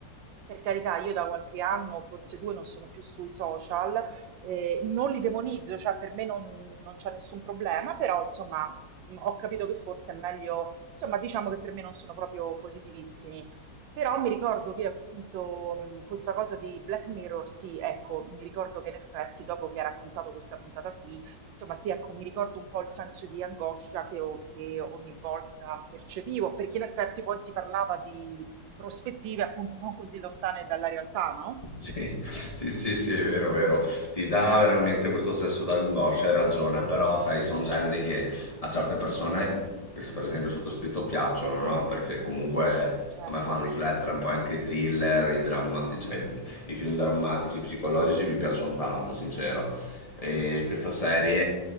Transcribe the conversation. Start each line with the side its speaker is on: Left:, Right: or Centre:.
Right: Per carità, io da qualche anno, forse due, non sono più sui social, eh, non li demonizzo, cioè per me non, non c'è nessun problema, però insomma mh, ho capito che forse è meglio, insomma diciamo che per me non sono proprio positivissimi. Però mi ricordo che appunto mh, questa cosa di Black Mirror, sì, ecco, mi ricordo che in effetti dopo che ha raccontato questa puntata qui, insomma sì, ecco, mi ricordo un po' il senso di angoscia che, ho- che ogni volta percepivo, perché in effetti poi si parlava di prospettive appunto non così lontane dalla realtà, no?
Left: Sì, sì, sì, sì, è vero, vero. Ti dà veramente questo senso d'angoscia, hai ragione, però sai, sono generi che a certe persone, che per esempio il sottoscritto, piacciono, no? Perché comunque
Right: Certo.
Left: a me fanno riflettere un po' anche i thriller, i dramma- cioè, i film drammatici, psicologici mi piacciono tanto, sincero. E questa serie,